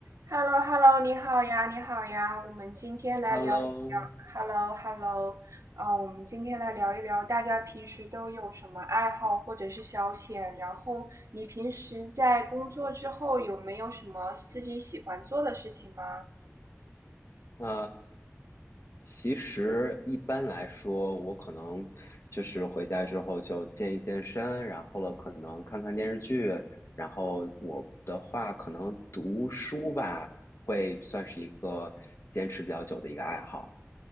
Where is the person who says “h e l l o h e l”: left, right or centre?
Right